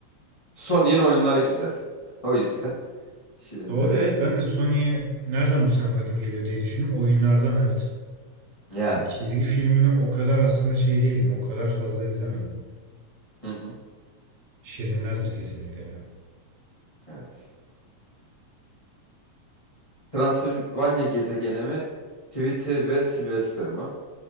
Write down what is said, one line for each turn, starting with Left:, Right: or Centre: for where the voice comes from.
Left: Sonic'in oyunları güzel. O yüzden <laughs> Şirinleri
Right: Doğru evet ben de Sony'ye nereden bu sempatim geliyor diye düşündüm. Oyunlardan evet.
Left: yani.
Right: Yani çizgi filmini o kadar aslında şey değilim. O kadar fazla izlemedim.
Left: Hı hı.
Right: Şirinlerdir kesinlikle ya.
Left: Evet. Transilvanya gezegeni mi? Tweety ve Sylvester mı?